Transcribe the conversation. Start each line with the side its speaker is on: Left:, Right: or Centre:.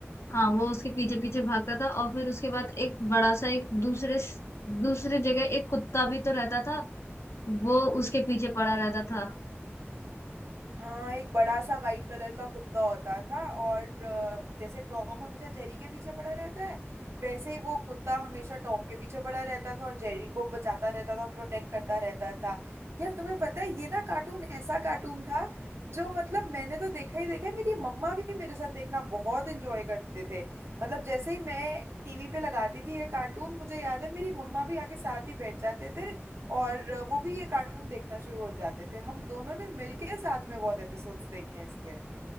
Left: हाँ वो उसके पीछे पीछे भागता था और फिर उसके बाद एक बड़ा सा एक दूसरे दूसरे जगह एक कुत्ता भी तो रहता था वो उसके पीछे पड़ा रहता था
Right: हाँ एक बड़ा सा वाइट कलर का कुत्ता होता था और अ, जैसे टॉम हमेशा जेरी के पीछे पड़ा रहता है वैसे ही वो कुत्ता हमेशा टॉम के पीछे पड़ा रहता था और जेरी को बचाता रहता था प्रोटेक्ट करता रहता था यार तुम्हें पता है ये ना कार्टून ऐसा कार्टून था जो मतलब मैंने तो देखा ही देखा है मेरी मम्मा भी मेरे साथ देखना बहुत एंजॉय करते थे मतलब जैसे ही मैं टीवी पे लगाती थी ये कार्टून मुझे याद है मेरी मम्मा भी आके साथ ही बैठ जाते थे और वो भी ये कार्टून देखना शुरू हो जाते थे हम दोनों ने मिलके साथ में बहुत एपिसोड्स देखे हैं इसके